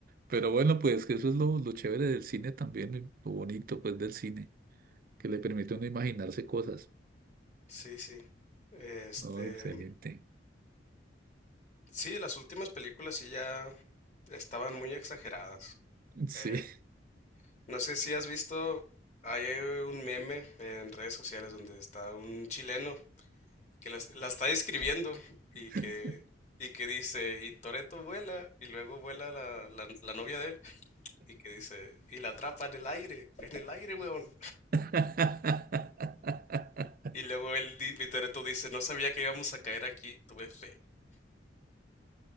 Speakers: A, on the right (about 50°); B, on the left (about 40°).
A: Pero bueno, pues que eso es lo, lo chévere del cine también, y lo bonito pues del cine, que le permite a uno imaginarse cosas.
B: sí, sí. Este,
A: No, excelente.
B: sí, las últimas películas sí ya estaban muy exageradas.
A: Sí.
B: Eh, No sé si has visto, hay un meme en redes sociales donde está un chileno que las- la, está describiendo y que,
A: <laughs>
B: y que dice, y Toreto vuela, y luego vuela la, la- la novia de él, y que dice, y la atrapa en el aire, en el aire, weón.
A: <laughs>
B: Y luego el di- y Toretto dice, no sabía que íbamos a caer aquí, tuve fe.